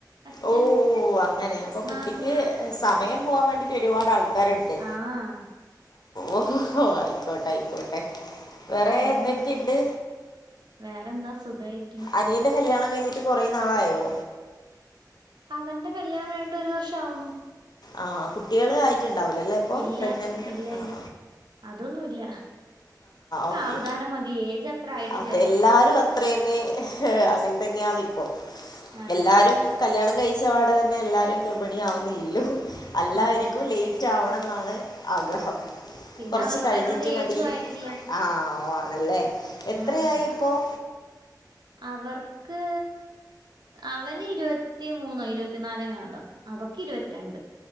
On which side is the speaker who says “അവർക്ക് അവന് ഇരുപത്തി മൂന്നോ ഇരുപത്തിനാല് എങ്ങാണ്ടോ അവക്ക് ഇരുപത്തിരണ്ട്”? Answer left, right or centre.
Right